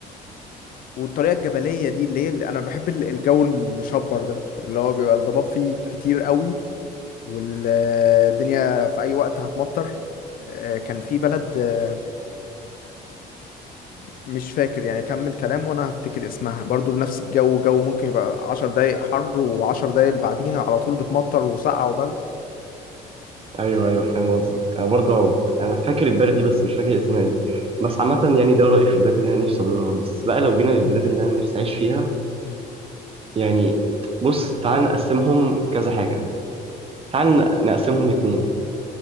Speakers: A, on the left; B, on the right.
A: والطريقه الجبليه دي اللي هي اللي انا بحب ال- الجو المشبر ده اللي هو بيبقى الضباب فيه كتير قوي والدنيا في اي وقت هتمطر آه، كان في بلد آه، مش فاكر يعني كمل كلام وانا هفتكر اسمها برضو بنفس الجو جو ممكن يبقى عشر دقايق حر وعشر دقايق اللي بعديها على طول بتمطر وسقعة وبرد
B: ايوه ايوه فاهم قصدك انا برضو انا فاكر البلد دي بس مش فاكر اسمها ايه بس عامه يعني ده رايي في البلاد اللي انا نفسي ازورها بس بقى لو جينا للبلاد اللي انا نفسي اعيش فيها
A: مم.
B: يعني بص تعال نقسمهم كذا حاجة تعال ن- نقسمهم لاتنين